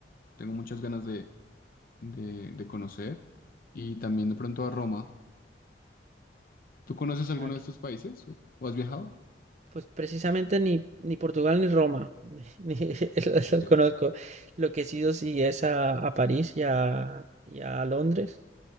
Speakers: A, on the left (about 50°); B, on the right (about 40°).
A: tengo muchas ganas de, de, de conocer, y también de pronto a Roma. ¿Tú conoces alguno
B: Ah, ok.
A: de estos países o, o has viajado?
B: Pues precisamente ni, ni Portugal ni Roma, <laughs> ni <laughs> los
A: Ok.
B: los conozco. Lo que he sido sí es a, a París y a, y a Londres.